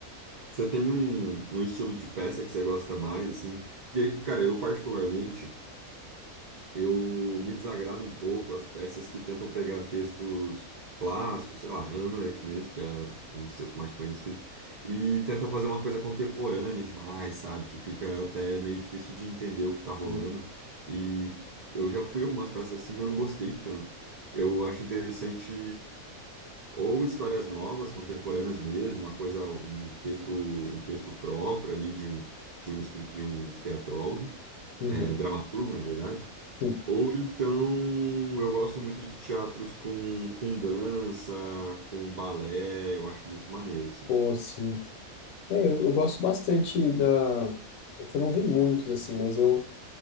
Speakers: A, on the right (about 55°); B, on the left (about 75°).
A: Você tem um, um estilo de peça que você gosta mais, assim? Porque, cara, eu particularmente, eu me desagrada um pouco as peças que tentam pegar textos clássicos, sei lá, Hamlet mesmo, que é um dos textos mais conhecidos, e tenta fazer uma coisa contemporânea demais, sabe? Que fica até meio difícil de entender o que tá rolando.
B: Sim.
A: E eu já fui algumas peças assim, e eu não gostei tanto. Eu acho interessante ou histórias novas, contemporâneas mesmo, uma coisa, um texto, um texto próprio ali de um de um escrito de um teatrólogo,
B: Uhum.
A: é, dramaturgo, na verdade
B: Sim.
A: ou então, eu gosto muito de teatros com, com dança, com balé, eu acho muito maneiro, assim.
B: Pô, sim. É, eu, eu gosto bastante da. É que eu não vi muitos, assim, mas eu.